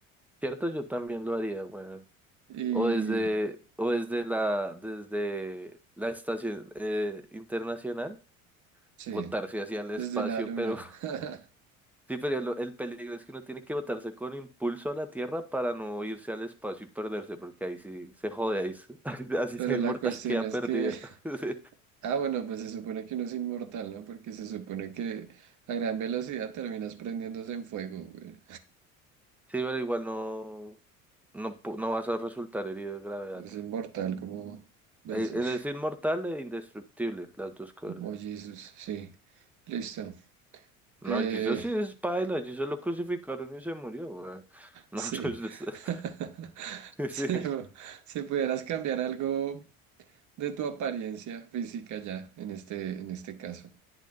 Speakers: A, in the centre; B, on the right.
A: Cierto, yo también lo haría, weón.
B: Y
A: O desde, o desde la, desde la estación eh, internacional,
B: sí,
A: botarse hacia el espacio,
B: desde la luna.
A: pero
B: <laughs>
A: <laughs> sí, pero lo- el peligro es que uno tiene que botarse con impulso a la Tierra para no irse al espacio y perderse, porque ahí sí se jode, ahí, se- <laughs> así así
B: Pero
A: sea inmortal
B: la cuestión
A: queda
B: es
A: perdido.
B: que, <laughs>
A: <laughs>
B: ah, bueno, pues se supone que uno es inmortal, ¿no? Porque se supone que a gran velocidad terminas prendiéndose en fuego, güey.
A: Sí, pero igual no, no, pu- no vas a resultar herido de gravedad.
B: Es inmortal como Belce.
A: Eh, Él
B: <laughs>
A: es inmortal e indestructible, las dos cosas.
B: Mollizos, sí. Listo. Eh,
A: No, Jesús sí es paila, Jesús lo crucificaron y se murió, weón. No,
B: Sí.
A: <laughs> pues, es- es-
B: <laughs>
A: <laughs> sí,
B: Si, si pudieras cambiar algo de tu apariencia física ya, en este, en este caso,